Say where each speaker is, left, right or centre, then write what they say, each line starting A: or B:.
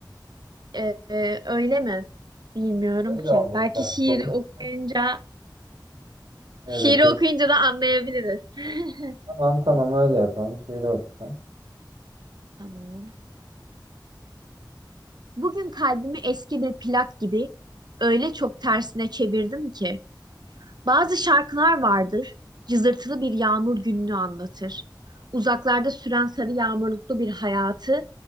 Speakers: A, on the right (about 60°); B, on the right (about 80°).
A: Ee, öyle mi? Bilmiyorum
B: Öyle
A: ki.
B: olması
A: Belki
B: lazım.
A: şiiri
B: Kokusu
A: okuyunca,
B: Evet,
A: şiiri okuyunca da anlayabiliriz. <laughs>
B: Tamam tamam öyle yapalım. Şiiri okusan.
A: Tamam. Bugün kalbimi eski bir plak gibi öyle çok tersine çevirdim ki bazı şarkılar vardır, cızırtılı bir yağmur gününü anlatır. Uzaklarda süren sarı yağmurluklu bir hayatı